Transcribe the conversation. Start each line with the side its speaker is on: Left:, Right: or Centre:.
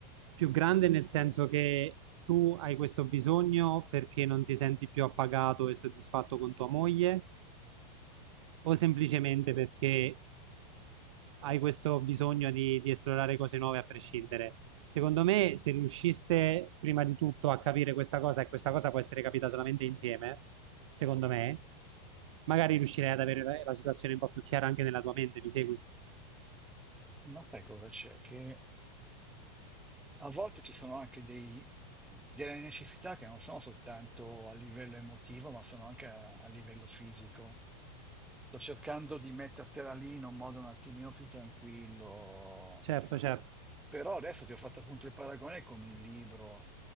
Right: più grande nel senso che tu hai questo bisogno perché non ti senti più appagato e soddisfatto con tua moglie o semplicemente perché hai questo bisogno di, di esplorare cose nuove a prescindere? Secondo me, se riusciste prima di tutto a capire questa cosa e questa cosa può essere capita solamente insieme, secondo me, magari riuscirei ad avere la, la situazione un po' più chiara anche nella tua mente, mi segui?
Centre: Ma sai cosa c'è? Che a volte ci sono anche dei- delle necessità che non sono soltanto a livello emotivo, ma sono anche a, a livello fisico. Sto cercando di mettertela lì in un modo un attimino più tranquillo.
Right: Certo, certo.
Centre: Però adesso ti ho fatto appunto il paragone con il libro.